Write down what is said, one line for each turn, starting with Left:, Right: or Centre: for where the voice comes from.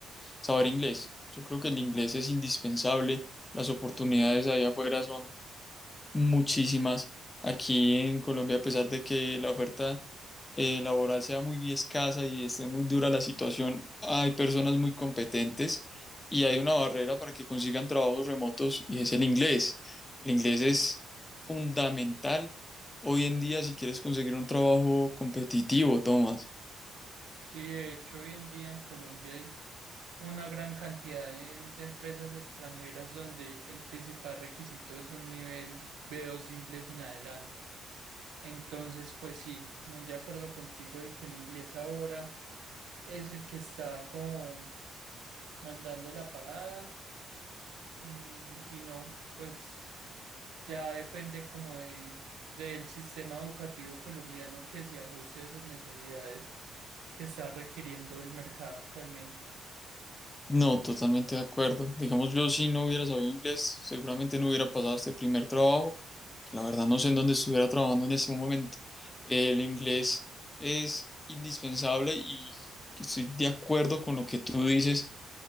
Left: saber inglés. Yo creo que el inglés es indispensable. Las oportunidades allá afuera son muchísimas. Aquí en Colombia, a pesar de que la oferta eh, laboral sea muy escasa y esté muy dura la situación, hay personas muy competentes y hay una barrera para que consigan trabajos remotos y es el inglés. El inglés es fundamental hoy en día si quieres conseguir un trabajo competitivo, Tomás.
Right: Sí, de hecho, hoy en día en Colombia hay una gran cantidad de, de empresas extranjeras donde el principal requisito es un nivel b dos de inglés en adelante. Entonces, pues sí, muy de acuerdo contigo de que el inglés ahora es el que está como mandando la parada. Mm, y no, pues ya depende como de, del sistema educativo colombiano que se ajuste a esas necesidades que está requiriendo el mercado actualmente.
Left: No, totalmente de acuerdo. Digamos, yo si no hubiera sabido inglés, seguramente no hubiera pasado este primer trabajo La verdad no sé en dónde estuviera trabajando en este momento. El inglés es indispensable y estoy de acuerdo con lo que tú dices.